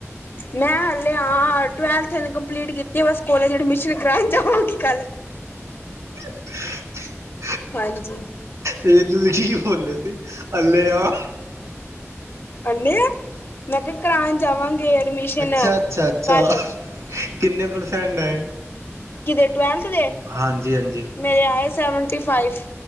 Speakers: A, on the left; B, on the right.
A: ਮੈਂ ਹਾਲੇ ਹਾ। ਟਵੈਲਥ ਹਲੇ ਕੰਪਲੀਟ ਕੀਤੀ, ਬਸ ਕੋਲੇਜ ਐਡਮਿਸ਼ਨ ਕਰਾਉਣ ਜਾਵਾਂਗੀ ਕੱਲ
B: <inaudible>
A: ਹਾਂਜੀ।
B: ਇਹ ਤੁਸੀਂ ਕੀ ਬੋਲੇ ਸੀ ਅੱਲੇ ਆ
A: ਅੱਲੇ ਆ ਮੈਂ ਕਿਹਾ ਕਰਾਉਣ ਜਾਵਾਂਗੇ ਐਡਮਿਸ਼ਨ
B: ਅੱਛਾ ਅੱਛਾ ਅੱਛਾ
A: ਕੱਲ
B: ਕਿੰਨੇ ਪ੍ਰਸੈਂਟ ਆਏ?
A: ਕਿਦੇ ਟਵੈਲਥ ਦੇ
B: ਹਾਂਜੀ-ਹਾਂਜੀ।
A: ਮੇਰੇ ਆਏ ਸੈਵਨਟੀ ਫਾਈਵ।